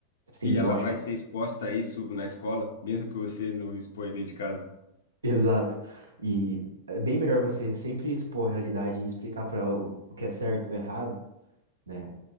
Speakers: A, on the right; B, on the left.
A: Sim,
B: E ela
A: lógico,
B: vai ser exposta a isso na escola, mesmo que você não exponha dentro de casa.
A: Exato. E é bem melhor você sempre expor a realidade e explicar para ela o, o que é certo, o errado, né?